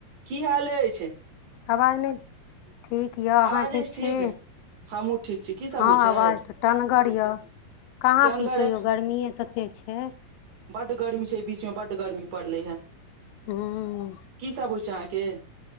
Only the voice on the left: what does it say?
आवाज नहि ठीक यए अहाँ
ठीक छी
हँ
आ बाज तऽ टनगर यऽ कहाँ
किछ होइए गर्मीे तते छै
हूँ